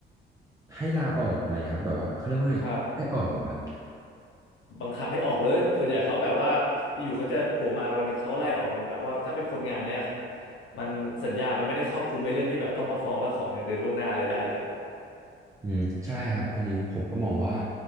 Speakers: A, on the right; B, on the left.
A: ให้ลาออกอะไรครับแบบว่าเขาเรียกว่าไงให้ออกเหรอครับ
B: ครับ บังคับให้ออกเลย ส่วนใหญ่เขาแบบว่าอยู่ๆเขาจะโผล่มาวันหนึ่งเขาก็ไล่ออกเลยแบบว่าถ้าเป็นคนงานเนี้ยมันสัญญามันไม่ได้ครอบคลุมในเรื่องที่แบบต้องมาฟ้องแล้วขอเงินเดือนล่วงหน้าอะไรได้เลยอะ
A: อืมใช่ครับอันนี้ผมก็มองว่า